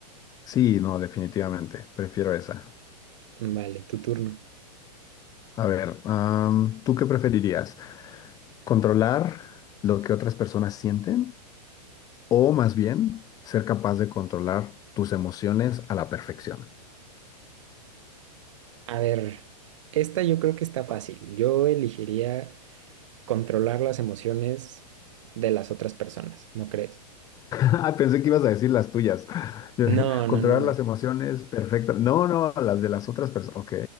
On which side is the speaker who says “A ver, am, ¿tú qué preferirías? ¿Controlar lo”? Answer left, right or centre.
Left